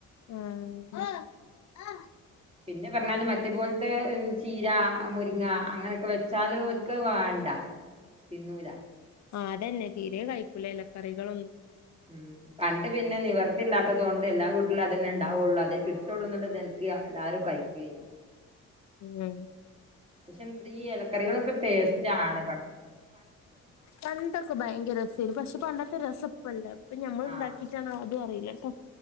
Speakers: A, on the left (about 65°); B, on the right (about 20°).
A: ആഹ് ആഹ്
B: പിന്നെ പർണാല് മറ്റേ പോൽത്തെ ചീര മുരിങ്ങ അങ്ങനെയെക്കെ വെച്ചാലും ഓൽക്കത് വാണ്ട തിന്നൂല
A: ആഹ് അതെന്നെ തീരെ കഴിക്കൂല എലക്കറികളൊന്നും
B: ഉം പണ്ട് പിന്നെ നിവർത്തില്ലാത്തത് കൊണ്ട് എല്ലാ വീട്ട്ലും അതെന്നെ ഇണ്ടാവൊള്ളൂ അതെ കിട്ടൊള്ളൂന്ന്ള്ളഇത്ണ്ട് ക്യ എല്ലാരും കയിക്കേനി
A: ഉം
B: പഷെ എൻത്രീ ഈ എലക്കറികളൊക്കെ ടേസ്റ്റാണ്
A: പണ്ടൊക്ക ഭയങ്കര രസേനി പഷെ പണ്ടത്തെ രസപ്പല്ല ഇപ്പ ഞമ്മള്
B: ആഹ്
A: ഇണ്ടാക്കി റ്റാണോ അതും അറീയിലട്ടൊ